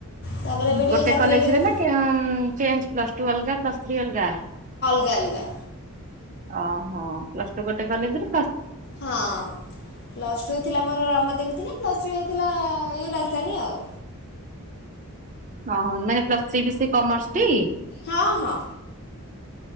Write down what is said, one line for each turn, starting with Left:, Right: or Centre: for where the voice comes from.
Left: ତାପରେ ଏବେ
Right: ହଁ
Left: ଟିକେ
Right: ଗୋଟେ
Left: ଚାକିରି
Right: କଲେଜ୍
Left: ହେରିକା
Right: ରେ ନା କେମ୍ ଚେଞ୍ଜ ପ୍ଲସ୍ ଟୁ ଅଲଗା ପ୍ଲସ ଥ୍ରି ଅଲଗା?
Left: ଗା- ଅଲଗା।
Right: ଓ ହଁ ପ୍ଲସ ଟୁ ଗୋଟେ କଲେଜ୍ ରୁ
Left: ହଁ ପ୍ଲସ୍ ଟୁ ଥିଲା ମୋର ରମାଦେବୀ ଥିଲା। ପ୍ଲସ୍ ଥ୍ରି ଏଇ ଥିଲା ଏଇ ରାଜ କେନି ଆଉ।
Right: ଓ ହଁ ମାନେ ପ୍ଲସ୍ ଥ୍ରୀ ବି ସେଇ କମର୍ସ ଟି?
Left: ହଁ, ହଁ।